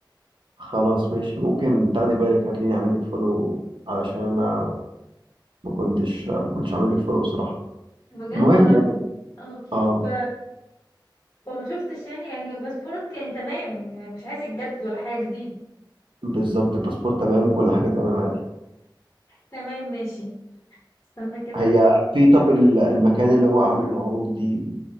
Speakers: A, on the right; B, on the left.
A: خلاص ماشي ممكن تاخدي بالك هتلاقيني عامل لك فولو علشان انا ما كنتش ما كنتش عامل لك فولو بصراحه
B: بجد
A: المهم
B: ولا انا
A: يعني
B: اه
A: اه
B: ف... فما شفتش يعني يعني باسبورك يعني تمام يعني مش عايز يتجدد ولا حاجه جديد
A: بالظبط الباسبور تمام وكل حاجه تمام عادي
B: تمام ماشي استنى كده
A: هي في طب ال- المكان اللي هو عامل العروض دي